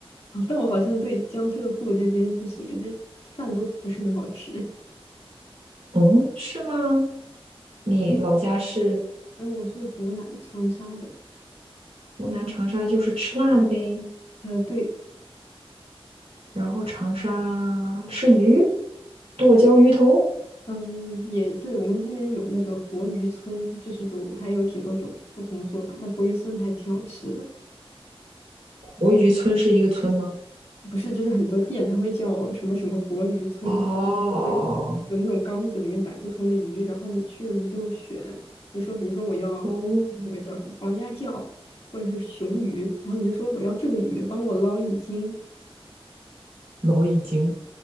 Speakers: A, on the left (about 80°); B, on the right (about 85°).
A: 啊，但我好像对江浙沪这边就是感觉饭都不是很好吃。
B: 嗯，是吗？你老家是
A: <laughs> 嗯，我是湖南长沙的，
B: 湖南长沙，就是吃辣的呗。
A: 呃，对，
B: 然后长沙吃鱼，剁椒鱼头。
A: 嗯，也对，我们这边有那个活鱼村，就是有还有挺多种不同做法，但活鱼村还挺好吃的。
B: 国鱼村是一个村吗？
A: 不是，就是很多店它会叫什么什么活鱼村，
B: 哦，
A: 然后它就会有那种缸子里面摆不同的鱼，然后你去了你就选，你说比如说我要那个叫什么黄鸭叫或者是雄鱼，
B: 哦，
A: 然后你就说我要这个鱼，帮我捞一斤，
B: 老已经